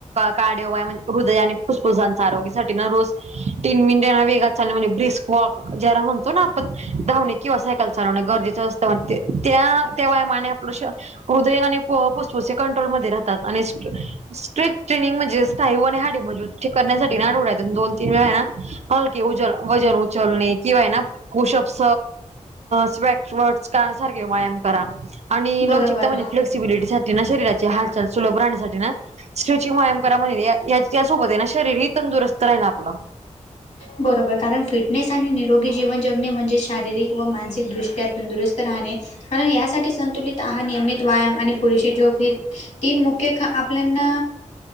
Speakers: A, on the right; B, on the left.
A: कार्डियाक म्हने हृदय फुफुसांच्या आरोग्यासाठी ना रोज तीन मिनटांना वेगात चालने म्हणजे ब्रिस्क वॉक ज्याला म्हणतो ना आपण धावने किंवा सायकल चालवणे गरजेचं असतं म्हणे, त्या- त्या व्यायामाने आपलं श हृदय आणि फुफ्फुसे कंट्रोल मध्ये राहतात आणि स्ट्रेच ट्रेनिंग म्हणजे असत स्थायू आणि हाडे मजबुत करण्यासाठी ना आठवड्यातून दोन तीन वेळा हाय ना हलके वूजन - वजन उचलणे किंवा हाय ना पुशअप्स स्वॅग वर्क्स यासारखे व्यायाम करा आणि
B: बरोबर.
A: लवचि क्सिबिलिटीसाठी ना शरीराची हालचाल सुलभ राहण्यासाठी ना स्ट्रेचिंग व्यायाम करा म्हणे ते यासोबत आहे ना शरीरही तंदुरस्त राहिल आपलं.
B: बरोबर, कारण फिटनेस आणि निरोगी जीवन जगणे म्हणजे शारीरिक व मानसिकदृष्ट्या तंदुरस्त राहणे कारण यासाठी संतुलित आहार, नियमित व्यायाम, आणि पुरेशी झोप ही तीन मुख्य ख आपल्याना